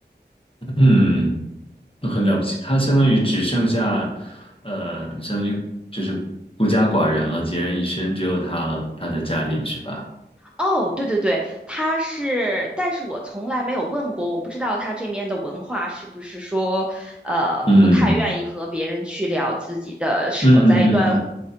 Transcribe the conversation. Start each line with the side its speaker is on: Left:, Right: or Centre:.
Left: 嗯，那很了不起。他相当于只剩下，呃，相当于就是孤家寡人了，孑然一身，只有他了，他的家里是吧？
Centre: 哦，对对对，他是，但是我从来没有问过，我不知道他这面的文化是不是说，呃，
Left: 嗯
Centre: 不太愿意和别人去聊自己的，是否在一段
Left: 嗯嗯嗯嗯